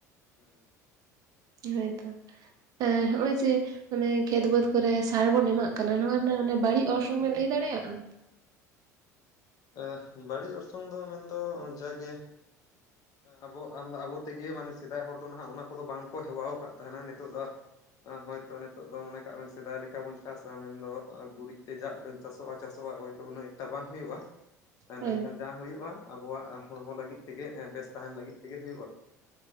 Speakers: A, on the left; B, on the right.
A: ᱦᱩᱸ
B: ᱦᱭᱛᱚ ᱟᱨ ᱦᱳᱚᱭ ᱡᱮ ᱢᱟᱱᱮ ᱠᱷᱮᱛ ᱵᱟᱹᱫᱽ ᱠᱚᱨᱮ ᱥᱟᱨ ᱵᱚᱱ ᱮᱢᱟᱜ ᱠᱟᱱᱟ ᱱᱚᱣᱟ ᱨᱮᱱᱟᱜ ᱵᱟᱹᱲᱤᱡ ᱚᱨᱥᱚᱝ ᱵᱮᱱ ᱞᱟᱹᱭ ᱫᱟᱲᱮᱭᱟᱜᱼᱟ
A: ᱮ ᱵᱟᱹᱲᱤᱡ ᱚᱨᱥᱚᱝ ᱫᱚ ᱢᱮᱱᱫᱚ ᱡᱟᱜᱮ ᱟᱵᱚ ᱟᱢ ᱟᱵᱚ ᱛᱮᱜᱮ ᱢᱟᱱᱮ ᱥᱮᱫᱟᱭ ᱦᱚᱲ ᱫᱚ ᱱᱟᱦᱟᱜ ᱚᱱᱟ ᱠᱚᱫᱚ ᱵᱟᱝᱠᱚ ᱦᱮᱣᱟ ᱟᱠᱟᱫ ᱛᱟᱦᱮᱱᱟ ᱱᱤᱛᱚᱜ ᱫᱚ ᱦᱳᱭᱛᱚ ᱱᱤᱛᱚᱜ ᱫᱚ ᱢᱚᱱᱮ ᱠᱟᱜ ᱵᱮᱱ ᱥᱮᱫᱟᱭ ᱞᱮᱠᱟ ᱵᱚᱱ ᱪᱟᱥᱟ ᱢᱮᱱᱫᱚ ᱜᱩᱨᱤᱡ ᱛᱮ ᱡᱟᱜ ᱩᱰᱟᱹᱝ ᱪᱟᱥᱚᱜᱼᱟ ᱪᱟᱥᱼᱟ ᱦᱭᱛ ᱛᱚ ᱩᱱᱟᱹᱜ ᱮᱠᱴᱟ ᱵᱟᱝ ᱦᱩᱭᱩᱜᱼᱟ
B: ᱦᱳᱭ
A: ᱢᱮᱱᱠᱷᱟᱱ ᱡᱟᱦᱟᱸ ᱦᱩᱭᱩᱜᱼᱟ ᱟᱵᱚᱣᱟᱜ ᱦᱚᱲᱢᱚ ᱞᱟᱹᱜᱤᱫ ᱛᱮᱜᱮ ᱵᱮᱥ ᱛᱟᱦᱮᱱ ᱞᱟᱹᱜᱤᱫ ᱛᱮᱜᱮ ᱦᱩᱭᱩᱜᱼᱟ